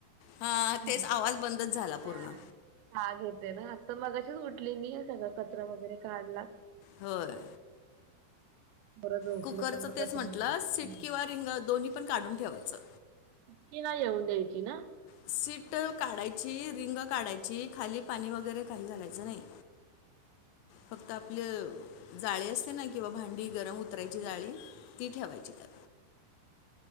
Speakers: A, on the left; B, on the right.
A: हां
B: हम्
A: तेच आवाज बंदच झाला पूर्ण
B: हा चाह घेते ना. तर मगाशीच उठली मी सगळं कचरा वगैरे काढला.
A: होय.
B: बरं झोपले
A: कुकरचं
B: तर बरं
A: तेच
B: कचरा
A: म्हटलं
B: वगैरे
A: सीट किंवा रिंग दोन्ही पण काढून ठेवायचं.
B: सीटी नाही येऊन द्यायची ना?
A: सीट काढायची रिंग काढायची खाली पाणी वगैरे काही घालायचं नाही. फक्त आपलं, जाळी असते ना किंवा भांडी गरम उतरायची जाळी ती ठेवायची त्या.